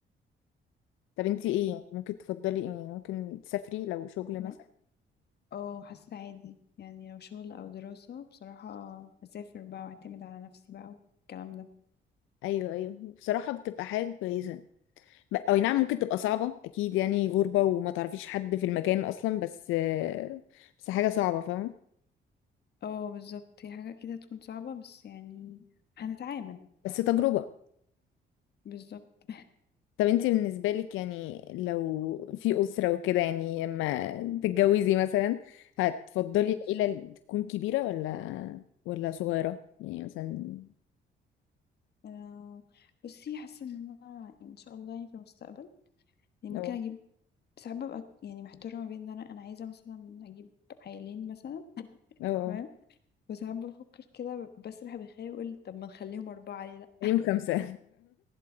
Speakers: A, on the left (about 85°); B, on the left (about 55°).
A: طب انتي
B: اوكي
A: ايه يعني ممكن تفضلي ايه ممكن تسافري لو شغل
B: انا
A: مثلا
B: اه حاسة عادي يعني لو شغل او دراسة بصراحة هسافر بقى واعتمد على نفسي بقى والكلام ده
A: ايوه ايوه بصراحه بتبقى حاجه كويسه ب- او نعم ممكن تبقى صعبه اكيد يعني غربه وما تعرفيش حد في المكان اصلا بس آه، بس حاجه صعبه فاهمه
B: اه بالظبط هي حاجة كده هتكون صعبة بس يعني هنتعامل
A: بس تجربة
B: بالظبط
A: طب انتي بالنسبة لك يعني لو في أسرة وكده يعني لما تتجوزي مثلا هتفضلي
B: ماشي
A: العيلة اللي تكون كبيرة ولا ولا صغيرة يعني مثلا
B: آه بصي حاسة ان انا ان شاء الله يعني في المستقبل يمكن
A: اه
B: اجيب ساعات ببقى يعني محتارة ما بين ان انا انا عايزة مثلا اجيب عيالين مثلا
A: اه اه
B: تمام وساعات بفكر كده بسرح بخيالي واقول طب ما نخليهم اربعة ليه لا
A: يوم خمسة